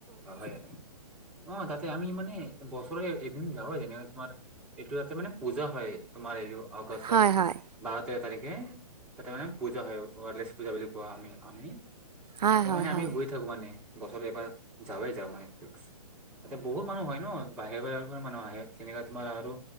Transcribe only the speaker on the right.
হয় হয়
হয়
হয়
হয়